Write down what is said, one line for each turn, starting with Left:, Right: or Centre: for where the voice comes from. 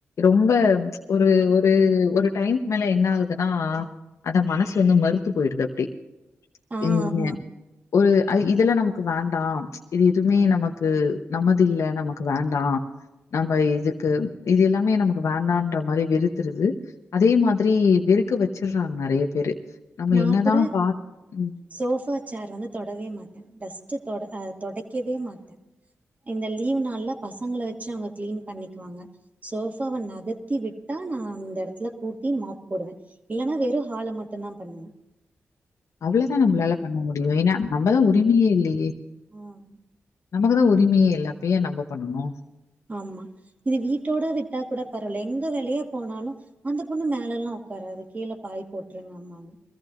Left: ரொம்ப ஒரு ஒரு ஒவ்வொரு டைம் மேல என்ன ஆகுதுன்னா அந்த மனசு வந்து மறுத்து போயிடுது அப்புடி
Right: ஆ
Left: இங்க
Right: ஆமா
Left: ஒரு அ இதுல நமக்கு வேண்டா ச் இது எதுமே நமக்கு நம்மது இல்ல நமக்கு வேண்டா நம்ம இதுக்கு இது எல்லாமே நமக்கு வேண்டான்ற மாரி வெறுத்துருது அதே மாதிரி வெ இருக்க வச்சுறாங்கு நெறய பேரு நம்ம
Right: நா
Left: என்னதான்
Right: கூட
Left: பாத் ம்.
Right: சோஃபா சேர் வந்து தொடவே மாட்ட டஸ்ட்டு தொட ஆ தொடைக்கவே மாட்ட இந்த லீவ் நாள்ல பசங்கள வச்சு அவங்க கிளீன் பண்ணிக்குவாங்க சோஃபாவ நகத்தி விட்டாக் நா இந்த இடத்துல கூட்டி மாப் போடுவ இல்லன்னா வெறு ஹால மட்டுந்தா பண்ணுவ
Left: அவ்ளதா நம்மளால பண்ண முடியு ஏன்னா நம்பதா உரிமையே இல்லயே
Right: ம்
Left: நமக்குதா உரிமையே இல்ல அப்டி யா நம்ம பண்ணணு
Right: ஆமா இது வீட்டோட விட்டா கூட பரவால எங்க வெளிய போனாலு அந்த பொண்ணு மேல எல்லா ஒக் காறாது கீழ பாய் போட்டுருங்க ம்பாமாங்க